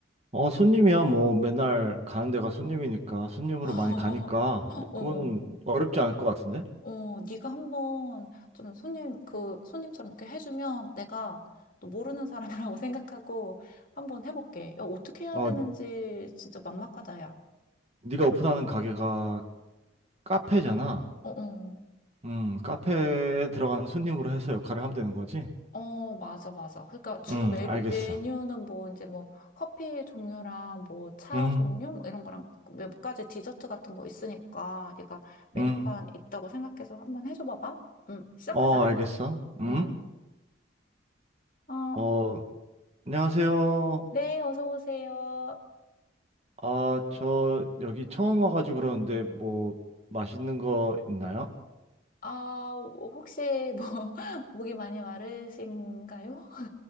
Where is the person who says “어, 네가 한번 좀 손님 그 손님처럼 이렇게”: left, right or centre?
Left